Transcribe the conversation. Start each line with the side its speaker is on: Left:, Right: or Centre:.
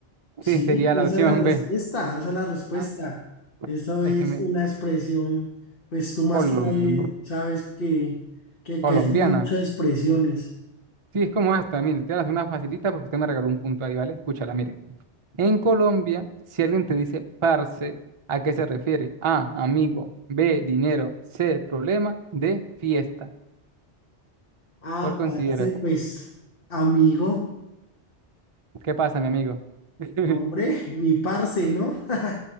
Left: Sí,
Right: sí, sería
Left: esa
Right: la opción
Left: es la respuesta,
Right: B.
Left: esa es la respuesta.
Right: Ah,
Left: Eso
Right: es
Left: es
Right: que me...
Left: una expresión, pues tú más
Right: colom-
Left: que nadie sabes que, que,
Right: colombiana.
Left: que hacemos muchas expresiones.
Right: Sí, es como esta, mire, te voy a hacer una facilita porque usted me regaló un punto ahí, ¿vale? Escúchala, mire. En Colombia, si alguien te dice parce, ¿a qué se refiere? A, amigo, B, dinero, C, problema, D, fiesta.
Left: Ah,
Right: ¿Cuál consideras?
Left: parce, pues, amigo.
Right: ¿Qué pasa, mi amigo? <laughs>
Left: Hombre, mi parce, ¿no? <laughs>